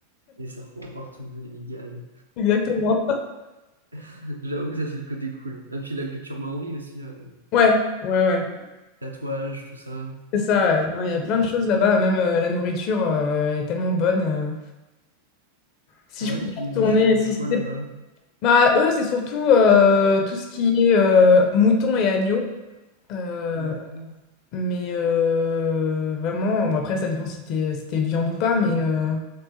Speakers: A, on the right (about 85°); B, on the left (about 40°).
A: des serpents partout, des migales.
B: <laughs> exactement.
A: <laughs> J'avoue que ça, c'est le côté cool. Et puis la culture maori aussi. euh,
B: Ouais, ouais, ouais.
A: Tatouages, tout ça.
B: C'est ça. ouais. Non, Il y a plein de choses là-bas. Même euh, la nourriture euh, est tellement bonne. euh, Si
A: Ah
B: je
A: ouais,
B: pouvais
A: ils
B: retourner,
A: mangent, ils mangent
B: si
A: quoi
B: c'était...
A: là-bas?
B: Bah, eux, c'est surtout euh, tout ce qui est euh, moutons et agneaux. Euh,
A: D'accord.
B: mais euh, vraiment, bon, après, ça dépend si t'es, si t'es viande ou pas, mais, euh,